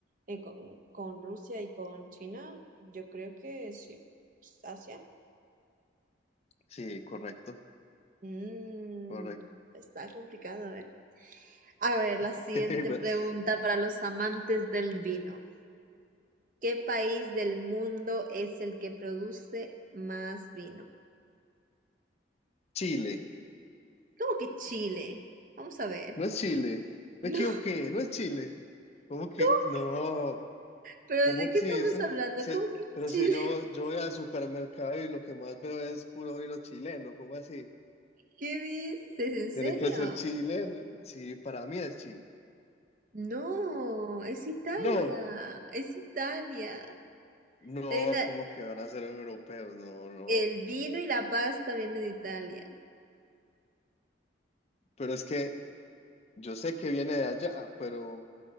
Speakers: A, on the right; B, on the left.
A: eh, con, con Rusia y con China, yo creo que sí, pues, Asia.
B: Sí, correcto,
A: Mm,
B: correcto.
A: está complicado, ¿eh? A ver, la
B: <laughs>
A: siguiente pregunta para los amantes del vino. ¿Qué país del mundo es el que produce más vino?
B: Chile.
A: ¿Cómo que Chile? Vamos a ver.
B: No
A: <laughs>
B: es Chile. Me
A: No,
B: equivoqué, no es Chile. ¿Cómo que?
A: ¿cómo?
B: No.
A: ¿Pero
B: ¿Cómo
A: de qué
B: que si
A: estamos
B: es un-
A: hablando?
B: si-
A: ¿Cómo que
B: pero
A: Chile?
B: si yo,
A: <laughs>
B: yo voy al supermercado y lo que más veo es puro vino chileno, ¿cómo así?
A: ¿Qué dices? ¿En
B: Tiene
A: serio?
B: que ser chileno. Sí, para mí es Chile.
A: No, es Italia,
B: No,
A: es Italia.
B: no,
A: Hay una-
B: ¿cómo que van a ser europeos? No, no.
A: el vino y la pasta vienen de Italia.
B: Pero es que yo sé que viene de allá, pero